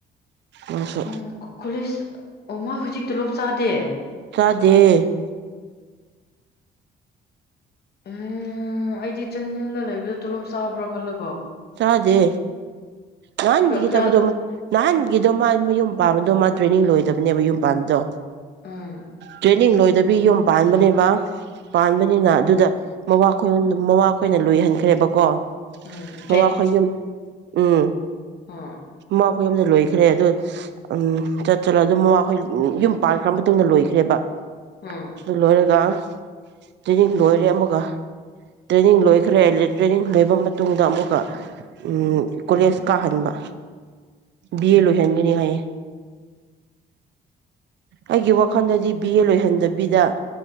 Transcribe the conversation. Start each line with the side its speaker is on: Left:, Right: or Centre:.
Right: ꯃꯥꯁꯨ
Left: ꯎꯝ ꯀꫭꯂꯦꯁ ꯑꯣ ꯃꯥ ꯍꯧꯖꯤꯛ ꯇꯂꯣꯞ ꯆꯥꯗꯦ
Right: ꯆꯥꯗꯦ
Left: ꯎꯝ ꯑꯩꯗꯤ ꯆꯟꯅꯜꯗ ꯂꯩꯕꯗꯨ ꯇꯣꯂꯣꯞ ꯆꯥꯕ꯭ꯔꯥ ꯈꯜꯂ
Right: ꯆꯥꯖꯦ ꯅꯍꯥꯟꯗꯒꯤ
Left: ꯀꯌꯥ ꯀꯌꯥ
Right: ꯇꯕꯗꯣ ꯃꯨꯛ ꯅꯍꯥꯟꯒꯤꯗꯣ ꯃꯥ ꯃꯌꯨꯝ ꯄꯥꯕꯗꯣ ꯃꯥ ꯇ꯭ꯔꯦꯅꯤꯡ ꯂꯣꯏꯗꯕꯅꯦꯕ ꯌꯨꯝ ꯄꯥꯟꯕꯗꯣ꯫
Left: ꯎꯝ
Right: ꯇ꯭ꯔꯦꯅꯤꯡ ꯂꯣꯏ ꯗꯨꯕꯤ ꯌꯨꯝ ꯄꯥꯟꯕꯅꯦꯕ ꯄꯥꯟꯕꯅꯤꯅ ꯑꯗꯨꯗ ꯃꯃꯥ ꯈꫭꯏ ꯉꫭꯟꯗ ꯃꯃꯥ ꯈꯣꯏꯅ ꯂꯣꯏꯍꯟꯈ꯭ꯔꯦꯕꯀꯣ꯫
Left: ꯎꯝ
Right: ꯃꯈꯌꯨꯝ ꯎꯝ
Left: ꯑꯥ
Right: ꯃꯃꯥꯈꯣꯏ ꯑꯗ ꯂꯣꯏꯈ꯭ꯔꯦ ꯑꯗꯨ ꯎꯝ ꯆꯠ ꯆꯠꯂ ꯑꯗꯨ ꯃꯃꯥꯈꯣꯏ ꯌꯨꯝ ꯄꯥꯟꯜꯈ꯭ꯔ ꯃꯇꯨꯡꯗ ꯂꯣꯏꯈ꯭ꯔꯦꯕ
Left: ꯎꯝ
Right: ꯑꯗꯨ ꯂꯣꯏꯔꯒ ꯇ꯭ꯔꯦꯅꯤꯡ ꯂꯣꯏꯔꯦ ꯑꯃꯨꯛꯀ ꯇ꯭ꯔꯦꯅꯤꯡ ꯂꯣꯏꯈ꯭ꯔꯦ ꯇ꯭ꯔꯦꯅꯤꯡ ꯂꯣꯏꯕ ꯃꯇꯨꯡꯗ ꯑꯃꯨꯛ ꯎꯝ ꯀꯣꯂꯦꯖ ꯀꯥꯍꯟꯕ ꯕꯤ ꯑꯦ ꯂꯣꯏꯍꯟꯒꯅꯤ ꯍꯥꯏꯌꯦ ꯑꯩꯒꯤ ꯋꯥꯈꯜꯗꯗꯤ ꯕꯤ ꯑꯦ ꯂꯣꯏꯍꯟꯗꯕꯤꯗ